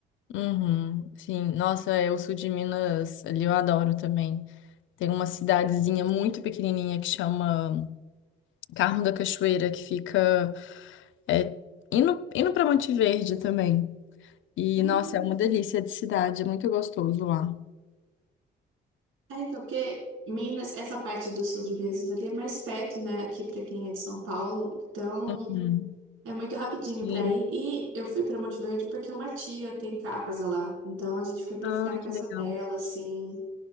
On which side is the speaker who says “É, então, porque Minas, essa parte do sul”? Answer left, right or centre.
Right